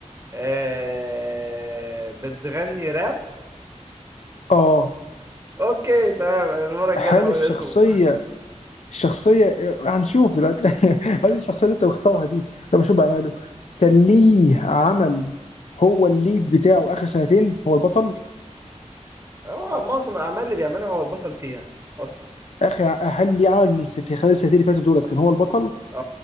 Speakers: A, on the right; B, on the left.
A: آه، بتغني راب
B: اه
A: اوكي تمام المرة الجاية
B: هل
A: أنا هقول
B: الشخصية
A: اسمه
B: الشخصية آه، هنشوف دلوقتي <laughs> هل الشخصية اللي انت مختارها دي لو بشوف بعمله كان ليه عمل هو الليد بتاعه اخر سنتين هو البطل
A: هو معظم الأعمال اللي بيعملها هو البطل فيها أصلا
B: اخر ع- هل ليه عمل من س- في خلال السنتين اللي فاتوا دولت كان هو البطل
A: اه